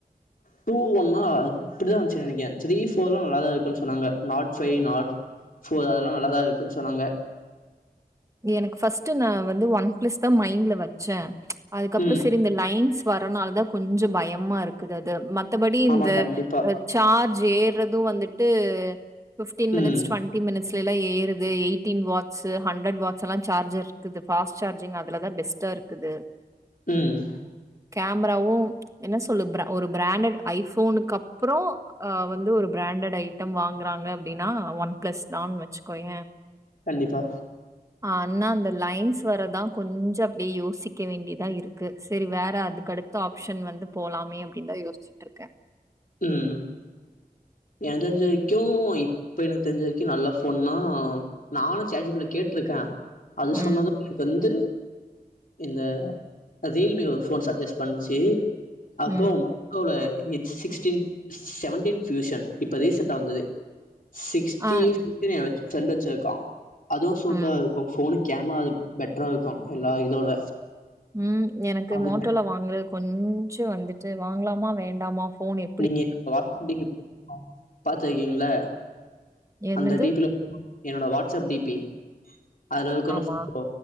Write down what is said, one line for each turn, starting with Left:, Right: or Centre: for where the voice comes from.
Left: டூ ஒன்னா அப்புடிதா வந்ச்சு நெனைக்கே த்ரீ ஃபோர்லா நல்லாதா இருக்குன் சொன்னாங்க நாட் ஃபை நாட் இப்போ அதெல்லா நல்லாதா இருக்குன் சொன்னாங்க
Right: எனக்கு ஃபஸ்ட்டு நான் வந்து ஒன் பிளஸ்தா மைண்ட்ல வச்ச அதுக்கப்றோ
Left: ம்
Right: சரி இந்த லைன்ஸ் வர்றனாலதா கொஞ்சோ பயமா இருக்குது அது மத்தபடி
Left: ஆமா
Right: இந்த
Left: கண்டிப்பா
Right: அ சார்ஜ் ஏறது வந்துட்டு ஃபிப்டீன்
Left: ம்
Right: மினிட்ஸ் டுவெண்டி மினிட்ஸ் லலா ஏறுது எய்ட்டீன் வாட்ஸு ஹண்ரட் வா ஸுலா சார்ஜர் இருக்குது ஃபாஸ்ட் சார்ஜிங் அதுலதா பெஸ்ட்டா இருக்குது
Left: ம்
Right: கேம்ராவு என்ன சொல்லு ப்ர ஒரு பிராண்டட் ஐ ஃபோனுக்கு அப் புறோ ஆ வந்து ஒரு பிராண்டட் ஐ ட்டம் வாங்குறாங்க அப்டினா ஒன் பிளஸ்தான் வச்சுக்கோய
Left: கண்டிப்பா
Right: ஆனா அந்த லைன்ஸ் வரதா கொஞ்சோ அப்டியே யோசிக்க வேண்டியதா இருக்கு சரி வேற அதுக்கடு த்த ஆப்ஷன் வந்து போலாமே அப்டின்தா யோச்சுட்ருக்க
Left: ம் எனக்கு தெரிஞ்ச வரைக்கு இப்போ எனக்கு தெரிஞ்ச வரைக்கு நல்ல ஃபோன்னா நானு சேட் ஜி பி டி ல கேட்ருக்க அது சொன்னது
Right: ம்,
Left: வந்து இந்த அ ரியல்மில ஒரு ஃபோன் சஜெஸ் பண்ச்சு அப்றோ
Right: ம்.
Left: மோட்டோல H sixteen seventeen fusion இப்ப ரீசன்ட்டா வந்தது சிக்ஸ்டி
Right: ஆ,
Left: ஃபியூசர் ஏன் ஃபிரெண்டு வச்சிருக்கான் அதுவு சூப்பரா
Right: ம்,
Left: இருக்கு ஃபோன்னு கேமரா அது பெட்ரா இருக்கு எல்லா இதோட
Right: ம் எனக்கு
Left: அதுக்கு
Right: மோட்டோல வாங்கறது கொஞ்சோ வந்துட்டு வாங்கலாமா வேண்டாமா ஃபோனே
Left: நீங்க வாட்ஸ்அப் டி பி ல பா பார்த்துருக்கீங்ளா
Right: என்னது?
Left: அந்த டீப்பில என்னோட வாட்ஸ்அப் டி பி அதுல இருக்குல
Right: ஆமா.
Left: <unintelligible> ஃபோட்டோ